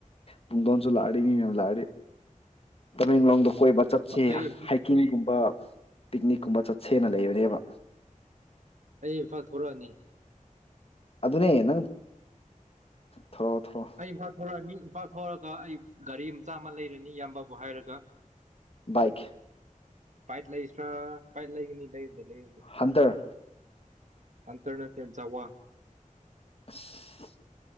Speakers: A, on the left (about 45°); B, on the right (about 60°).
A: ꯄꯨꯡꯗꯣꯟꯁꯨ ꯂꯥꯛꯑꯗꯤ ꯃꯤ ꯃꯌꯥꯝ ꯂꯥꯛꯑꯗꯤ ꯇꯃꯦꯡꯂꯣꯡꯗ ꯀꯣꯏꯕ ꯆꯠꯁꯤ
B: ꯑꯩ
A: ꯍꯥꯏꯀꯤꯡꯒꯨꯝꯕ ꯄꯤꯛꯅꯤꯛꯀꯨꯝꯕ ꯆꯠꯁꯦꯅ ꯂꯩꯕꯅꯦꯕ
B: ꯑꯩ ꯏꯝꯐꯥꯜ ꯊꯣꯛꯂꯛꯑꯅꯤ
A: ꯑꯗꯨꯅꯦ ꯅꯪ ꯊꯧꯔꯛꯑꯣ ꯊꯧꯔꯛꯑꯣ
B: ꯑꯩ ꯏ ꯐ ꯊꯔ ꯐꯥꯛꯊꯑꯒ ꯑꯩ ꯒꯥꯔꯤ ꯃꯆꯥ ꯑꯃ ꯂꯩꯔꯅꯤ ꯏꯌꯥꯝꯕꯕꯨ ꯍꯥꯏꯔꯒ
A: ꯏꯛ
B: ꯄꯥꯏꯠ ꯂꯩꯁ꯭ꯔꯥ ꯄꯥꯏꯠ ꯂꯩꯒꯅꯤ ꯂꯩ ꯂꯗꯤ
A: ꯍꯟꯇꯔ
B: ꯑꯟꯇꯔ ꯅ ꯊ ꯆ ꯋꯥ
A: <unintelligible>